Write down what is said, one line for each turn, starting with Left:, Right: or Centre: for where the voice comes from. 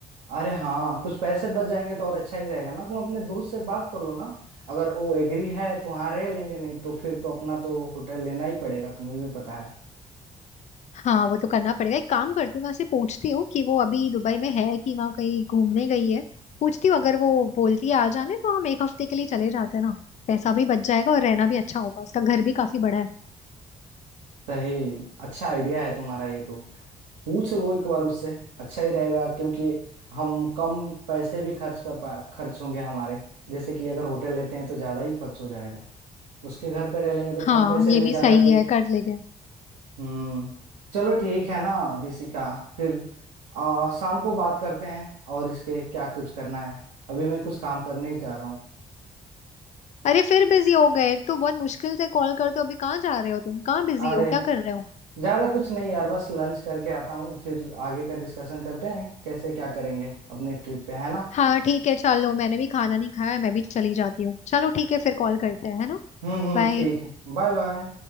Right: अरे हाँ कुछ पैसे बच जाएंगे तो और अच्छा ही रहेगा ना तुम अपने दोस्त से बात कर लो ना अगर वो एग्री है तो वहाँ रह लेंगे नहीं तो फिर तो अपना तो होटल लेना ही पड़ेगा तुम्हें भी पता है
Left: हाँ वो तो करना पड़ेगा एक काम करती हूँ वहां से पूछती हूँ कि वो अभी दुबई में है कि वहाँ कहीं घूमने गई है पूछती हूँ अगर वो बोलती है आ जाने तो हम एक हफ्ते के लिए चले जाते हैं ना पैसा भी बच जाएगा और रहना भी अच्छा होगा उसका घर भी काफी बड़ा है
Right: सही अच्छा आइडिया है तुम्हारा ये तो पूछ लो एक बार उससे अच्छा ही रहेगा क्योंकि हम कम पैसे भी खर्च कर पा खर्च होंगे हमारे जैसे कि अगर होटल लेते हैं तो ज्यादा ही खर्च हो जाएगा उसके घर पे रह लेंगे तो
Left: हाँ
Right: कम पैसे
Left: ये
Right: में
Left: भी
Right: ज्यादा
Left: सही
Right: दे
Left: है कर लेंगे
Right: हम्म चलो ठीक है ना दिसिका फिर आ, शाम को बात करते हैं और इसके क्या कुछ करना है अभी मैं कुछ काम करने ही जा रहा हूँ
Left: अरे फिर बिजी हो गए एक तो बहुत मुश्किल से कॉल करते हो अभी कहाँ जा रहे हो तुम कहाँ बिजी
Right: अरे
Left: हो क्या कर रहे हो
Right: ज्यादा कुछ नहीं यार बस लंच करके आता हूँ फिर आगे का डिस्कशन करते हैं कैसे क्या करेंगे अपने ट्रिप पे है ना
Left: हाँ ठीक है चलो मैंने भी खाना नहीं खाया है, मैं भी चली जाती हूँ चलो ठीक है फिर कॉल करते हैं है ना
Right: हम्म हम्म
Left: बाय
Right: ठीक है बाय बाय